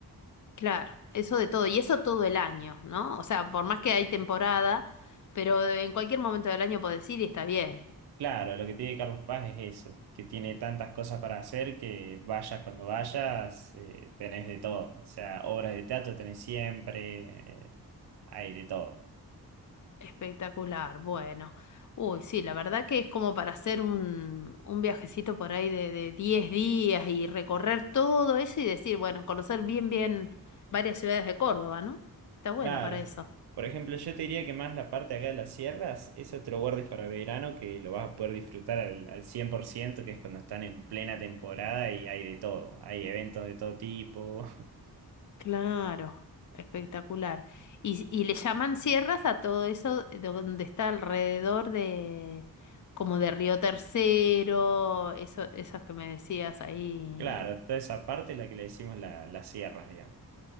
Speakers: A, on the left; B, on the right.
A: Claro, eso de todo. Y eso todo el año, ¿no? O sea, por más que hay temporada, pero en cualquier momento del año podés ir y está bien.
B: Claro, lo que tiene Carlos Paz es eso, que tiene tantas cosas para hacer que vayas cuando vayas, eh, tenés de todo. O sea, obras de teatro tenés siempre, eh, hay de todo.
A: Espectacular, bueno. Uy, sí, la verdad que es como para hacer un, un viajecito por ahí de, de 10 días y recorrer todo eso y decir, bueno, conocer bien, bien varias ciudades de Córdoba, ¿no? Está bueno
B: Claro.
A: para eso.
B: Por ejemplo, yo te diría que más la parte acá de las sierras, eso te lo guardes para verano, que lo vas a poder disfrutar al, al 100%, que es cuando están en plena temporada y hay de todo. Hay eventos de todo tipo. <laughs>
A: Claro, espectacular. Y, y le llaman sierras a todo eso donde está alrededor de, como de Río Tercero, eso, esas que me decías ahí.
B: Claro, toda esa parte es la que le decimos la- las sierras, digamos.